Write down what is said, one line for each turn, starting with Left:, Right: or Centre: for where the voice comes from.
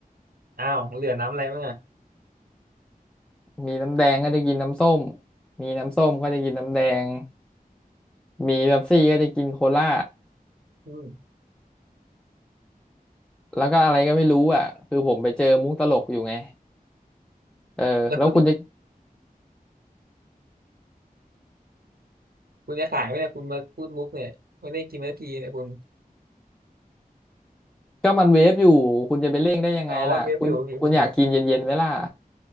Right: อ้าวเหลือน้ำอะไรบ้างอ่ะ
Centre: มีน้ำแดงก็จะกินน้ำส้มมีน้ำส้มก็จะกินน้ำแดง มีเป๊ปซี่ก็จะกินโคลา
Right: อืม
Centre: แล้วก็อะไรก็ไม่รู้อ่ะคือผมไปเจอมุกตลกอยู่ไงเออแล้วคุณจะ
Right: แล้วคุณคุณจะขายไหมเนี่ยคุณมาพูดมุกเนี่ยไม่ได้กินนาทีเนี่ยคุณ
Centre: ก็มันเวฟอยู่ คุณจะไปเร่งได้ยังไงล่ะคุณคุณอยากกินเย็นๆไหมล่ะ
Right: อ๋อมันเว็บอยู่โอเคโอเค